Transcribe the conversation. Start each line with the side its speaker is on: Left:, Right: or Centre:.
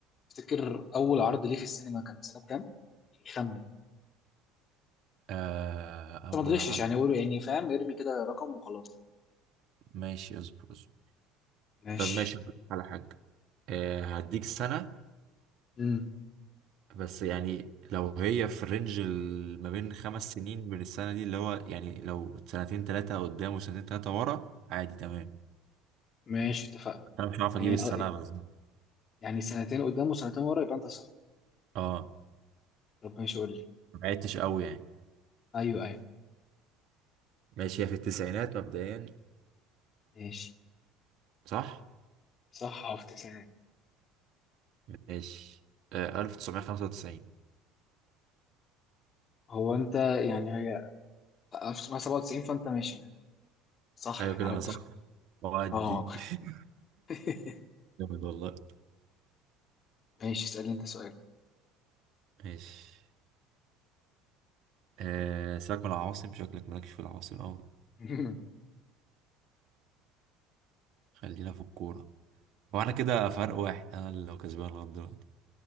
Left: تفتكر اول عرض ليه في السينما كان سنة كام؟ خمن انت
Right: آه أول
Left: ما تغشش
Right: عرض
Left: يعني قول يعني فاهم ارمي كده رقم وخلاص
Right: ماشي اصبر اصبر
Left: ماشي
Right: طب ماشي أقول لك على حاجة آه هديك سنة
Left: امم
Right: بس يعني لو هي في رينج ال- ما بين خمس سنين من السنة دي اللي هو يعني لو سنتين تلاتة قدام وسنتين تلاتة ورا عادي تمام
Left: ماشي اتفقنا
Right: أنا مش عارف أجيب
Left: يعني
Right: السنة
Left: أه،
Right: بالظبط
Left: يعني سنتين قدام وسنتين ورا يبقى انت صح
Right: اه
Left: طب ماشي قول لي
Right: ما بعدتش قوي يعني
Left: ايوه ايوه
Right: ماشي هي في التسعينات مبدئيا
Left: ماشي
Right: صح
Left: صح في تسعين
Right: ماشي آه 1995
Left: هو انت يعني هي 1997 فانت ماشي صح
Right: أيوة
Left: يعني
Right: كده
Left: على
Right: أنا
Left: اتفاق
Right: صح وأدي
Left: اه
Right: <laughs>
Left: <laughs>
Right: جامد والله
Left: ماشي اسألني انت سؤال
Right: ماشي آه سيبك من العواصم شكلك مالكش في العواصم أوي
Left: <laughs>
Right: خلينا في الكورة وأنا كده فرق واحد أنا اللي لو كسبان لغاية دلوقتي